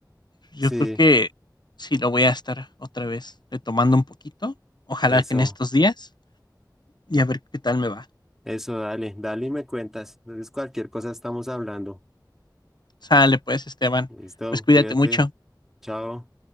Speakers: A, on the left; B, in the centre.
A: Yo
B: Sí,
A: creo que sí lo voy a estar otra vez retomando un poquito. Ojalá
B: eso,
A: que en estos días y a ver qué tal me va.
B: eso, dale, dale y me cuentas. Entonces cualquier cosa estamos hablando.
A: Sale pues, Esteban.
B: Listo,
A: Pues cuídate
B: cuídate.
A: mucho.
B: Chao.